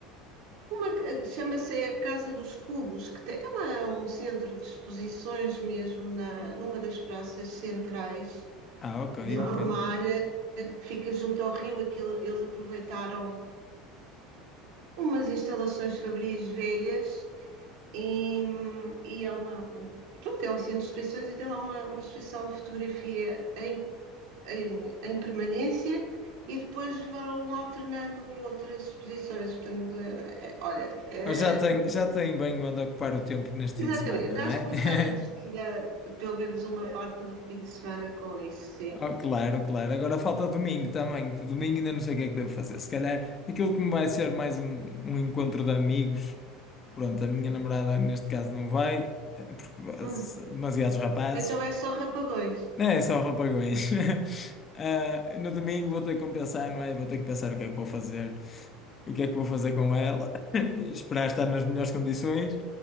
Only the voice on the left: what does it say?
Ah, ok,
ok.
Mas já tem, já tem bem onde ocupar o tempo neste
fim de semana,
não é?
<laughs>
Oh, claro, claro. Agora falta domingo também. Domingo ainda não sei o que é que devo fazer. Se calhar aquilo que me vai ser mais um, um encontro de amigos. Pronto, a minha namorada neste caso não vai, eh, porque eh,
demasiados rapazes.
É, é só rapagões. <laughs> Ah, no domingo vou ter que compensar, não é? Vou ter que pensar o que é que vou fazer, o que é que vou fazer com ela, <laughs> e esperar estar nas melhores condições.